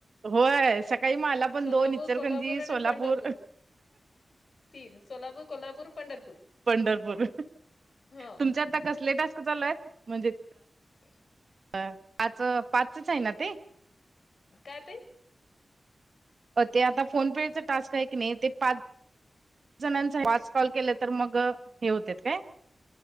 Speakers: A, on the right (about 65°); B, on the left (about 60°).
A: होय सकाळी मला पण
B: सोलापूर,
A: दोन इचलकरंजी
B: कोल्हापूर आणि
A: सोलापूर
B: पंढरपूर तीन सोलापूर, कोल्हापूर, पंढरपूर
A: पंढरपूर
B: हा
A: तुमचे आता कसले टास्क चालू आहेत म्हणजे
B: ह <inaudible>
A: आ आजच पाच पाचचच आहे ना ते
B: काय ते
A: ते आता फोन पेच टास्क हाय कने क नाही ते पाच जणांचा पाच कॉल केलं तर मग हे होते काय